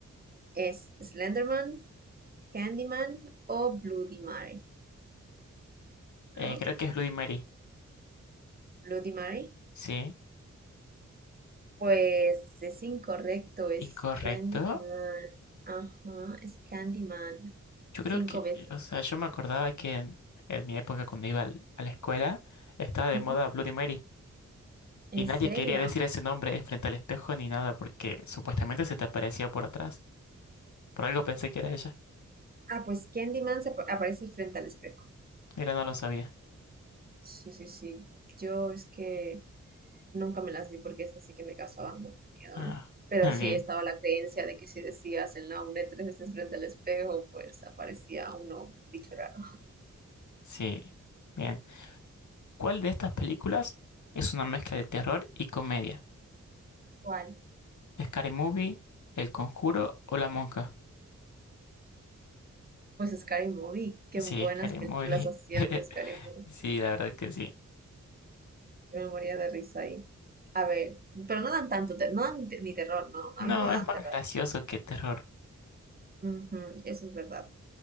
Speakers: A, on the right (about 30°); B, on the left (about 80°).
A: ¿Es Slenderman, Candyman o Bloody Mary?
B: Eh,
A: ¿No?
B: creo que es Bloody Mary.
A: Bloody Mary.
B: Sí.
A: Pues es incorrecto, es
B: Incorrecto.
A: Candyman. Ajá, es Candyman.
B: Yo creo
A: Cinco
B: que...
A: veces.
B: O sea, yo me acordaba que en, en mi época cuando iba al- a la escuela estaba de
A: Ujú.
B: moda Bloody Mary.
A: ¿En
B: Y nadie
A: serio?
B: quería decir ese nombre frente al espejo ni nada porque supuestamente se te aparecía por atrás. Por algo pensé que era ella.
A: Ah, pues Candyman se apa- aparece frente al espejo.
B: Mira, no lo sabía.
A: Sí, sí, sí. Yo es que nunca me las di porque esas sí que me causaban mucho miedo,
B: Ah,
A: ¿eh? Pero
B: <laughs>
A: sí
B: bien.
A: estaba la creencia de que si decías el nombre tres veces frente al espejo, pues aparecía uno, un bicho raro.
B: Sí. Bien. ¿Cuál de estas películas es una mezcla de terror y comedia?
A: ¿Cuál?
B: ¿Scary Movie, El Conjuro o La Monja?
A: Pues Scary Movie. Qué
B: Sí,
A: buenas
B: Scary
A: películas
B: Movie.
A: hacían
B: <laughs>
A: de Scary Movie.
B: Sí, la verdad que sí.
A: Yo me moría de risa ahí. A ver, pero no dan tanto, te- no dan te- ni terror, ¿no? A
B: No,
A: mí no dan
B: es más
A: terror.
B: gracioso que terror.
A: Ujú, eso es verdad.